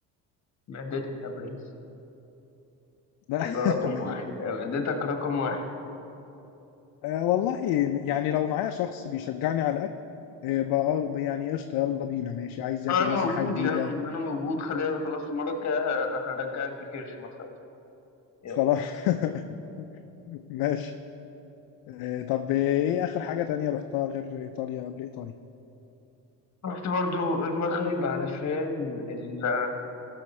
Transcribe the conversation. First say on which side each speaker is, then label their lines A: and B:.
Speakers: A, on the left; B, on the left.
A: معدتك يا برنس
B: لا <laughs>
A: ده رقم واحد معدتك رقم واحد
B: آه، والله يعني لو معايا شخص بيشجعني على الاكل آه، بقى بقى يعني قشطه يلا بينا ماشي عايز ياكل
A: أنا
B: مثلا
A: موجود
B: حاجه جديده
A: يا عم أنا موجود خلينا خلاص المرة الجاية ه- هرجعك بكرش ما تخافش يلا.
B: خلاص <laughs> ماشي آه، طب ايه اخر حاجه تانية رحتها غير ايطاليا قبل ايطاليا
A: رحت برضو المغرب علشان ال...